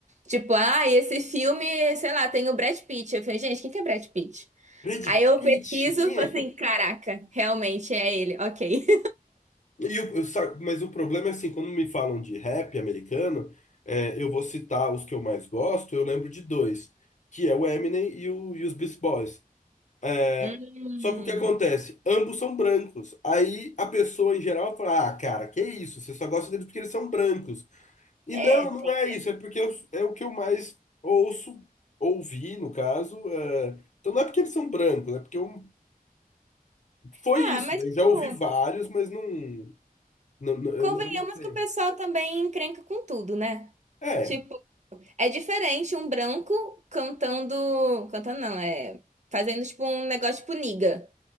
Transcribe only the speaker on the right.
Tipo, ah, esse filme, sei lá, tem o Brad Pitt. Eu falei, gente, quem que é Brad Pitt?
Aí eu
pesquiso,
falo
assim, caraca, realmente é ele, ok.
Hum.
É,
tem.
Ah,
mas,
tipo,
convenhamos
que o pessoal também encrenca com tudo, né?
Tipo, é diferente um branco cantando. Cantando não, é. Fazendo, tipo, um negócio tipo niga.